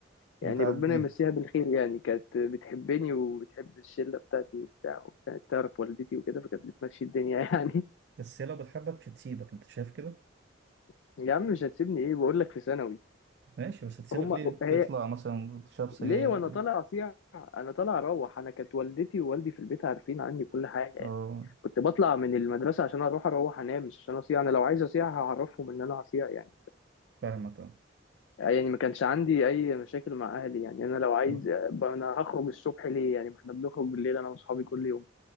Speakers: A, on the left; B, on the right.
A: يعني
B: بتعديها
A: ربنا يمسيها بالخير يعني كانت بتحبني وبتحب الشلة بتاعتي وبتاع وكانت تعرف والدتي وكده فكانت بتمشي الدنيا يعني
B: بس هي لو بتحبك تسيبك أنت شايف كده
A: <laughs> يا عم مش هتسيبني إيه بقول لك في ثانوي
B: ماشي بس تسيبك
A: هما
B: ليه
A: هي
B: تطلع مثلا تشرب سجاير
A: ليه وانا
B: وكده
A: طالع اصيع انا طالع اروح انا كانت والدتي ووالدي في البيت عارفين عني كل حاجه
B: اه
A: يعني كنت بطلع من المدرسه عشان اروح اروح انام مش عشان اصيع انا لو عايز اصيع هعرفهم ان انا هصيع يعني
B: فاهمك أه
A: يعني ما كانش عندي اي مشاكل مع اهلي يعني انا لو
B: <laughs> <laughs>
A: عايز
B: مم.
A: ب- انا هخرج الصبح ليه يعني ما احنا بنخرج بالليل انا واصحابي كل يوم